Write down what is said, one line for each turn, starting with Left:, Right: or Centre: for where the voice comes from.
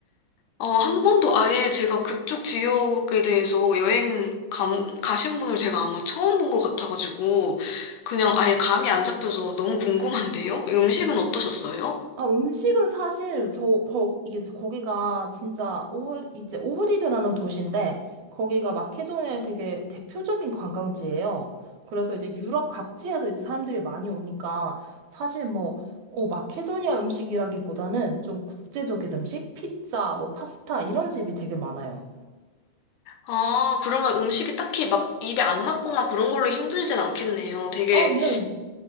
Left: 어, 한 번도 아예 제가 그쪽 지역에 대해서 여행 감, 가신 분을 제가 아마 처음 본 것 같아가지고, 그냥 아예 감이 안 잡혀서 너무 궁금한데요? 음식은 어떠셨어요?
Right: 아, 음식은 사실 저 거, 이게 이제 거기가 진짜 오흐 이제 오흐리드라는 도시인데 거기가 마케도니아의 되게 대표적인 관광지예요. 그래서 이제 유럽 각지에서 이제 사람들이 많이 오니까 사실 뭐 어, 마케도니아 음식이라기보다는 좀 국제적인 음식, 피자, 뭐 파스타 이런 집이 되게 많아요.
Left: 아, 그러면 음식이 딱히 막 입에 안 맞거나 그런 걸로 힘들진 않겠네요. 되게,
Right: 아, 네.